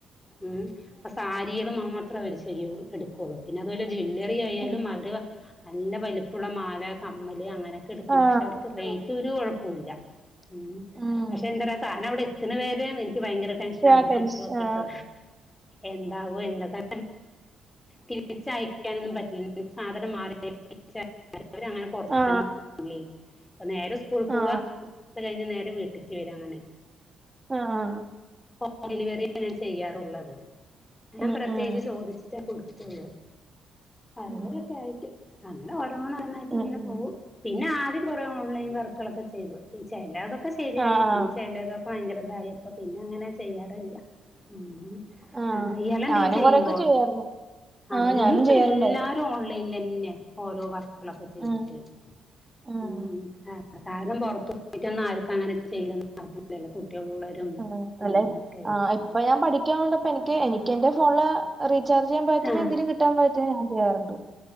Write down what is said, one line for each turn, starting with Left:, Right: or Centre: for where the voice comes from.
Left: ഉം അപ്പൊ സാരികള് മാത്ര അവര് ചെയ്യുള്ളു എടു- കൊള്ളു പിന്നെ അതുപോലെ ജ്വാല്ലറി ആയാലും
Right: ഉം
Left: അവർ- നല്ല വലുപ്പുള്ള മാല കമ്മല് അങ്ങനെയൊക്കെ എടുക്കണത്
Right: ആ
Left: പക്ഷെ അവർക്ക് റേറ്റ് ഒരു കുഴപ്പമില്ല ഉം
Right: ഉം
Left: പക്ഷെ എന്താ പറ സാധനം അവിടെ എത്ത് ണ വരെ എനിക്ക് ഭയങ്കര- ടെൻഷന് ആഹ്
Right: ആ ടെൻഷ്
Left: കിട്ടുവോ കിട്ടോ
Right: ആ
Left: എന്താകോ എന്തൊക്ക തിരിച്ചയക്കാനൊന്നും പറ്റില്ല സാധനം മാർ- ങ്ങനെ പുറത്തേക്കൊന്നും
Right: ആ
Left: പോകില്ലേ പ്പ നേരെ സ്‌കൂൾ
Right: ആ
Left: പോവാ സ്കൂൾ കഴിഞ്ഞ നേരെ വീട്ടേക്ക് വരാ അങ്ങനെ
Right: ആഹ് ആഹ്
Left: ഹോം ഡെലിവറി യാ ഞാൻ ചെയ്യാറുള്ളത് ഞാൻ
Right: ഉം
Left: പ്രത്യേകിച്ച്
Right: ഉം
Left: ചോദിച്ചിട്ടേ കൊടുക്കുള്ളൂ. അവരൊക്കെ
Right: ഉം
Left: ആയിട്ട് അങ്ങനെ ഓരോ ഓരോന്നായിട്ട്
Right: ഉം
Left: ഇങ്ങനെ
Right: ഉം
Left: പോകും പിന്നെ ആദ്യം കുറെ ഓൺലൈൻ വർക്കുകളൊക്കെ ചെയ്തു പിന്നെ ചിലതൊക്കെ ശരിയായി
Right: ആ ആ
Left: പിന്നെ ചിലതൊക്കെ ഭയങ്കര ഇതായിപ്പ പിന്നെ അങ്ങനെ ചെയ്യാറില്ല ഉം
Right: ആ
Left: ഇയാള് എന്തെല്ലും
Right: ഞാനും
Left: ചെയ്യോ
Right: കൊറെയൊക്കെ ചെയ്യായിരുന്നു
Left: അതെ
Right: ആ
Left: ഇന്നപ്പോ
Right: ഞാനും ചെയ്യാറുണ്ടായി
Left: എല്ലാര- ല്ലാവരും ഓൺലൈൻ തന്നെ ഓരോ വർക്കുകളൊക്കെ ചെയ്തിട്ട്
Right: ഉം ഉം
Left: <unintelligible> കാരണം പുറത്തു പോയിട്ടൊന്നും ആർക്കും അങ്ങനെ ചെയ്യണം ന്നില്ലല്ലോ കുട്ടികളുള്ളവരും
Right: ആഹ് അല്ലെ
Left: അങ്ങനൊക്കെ ആയിട്ട്
Right: ആഹ് ആഹ് ഇപ്പൊ ഞാൻ പഠിക്കാ കൊണ്ടപ്പോ എനിക്ക് എനിക്ക്‌ എന്റെ ഫോണ് ല് റീചാർജ് ചെയ്യൻ പറ്റുന്ന
Left: ആഹ്
Right: എന്തര് കി കിട്ടാൻ പറ്റുന്ന ഞാൻ ചെയ്യാറുണ്ട്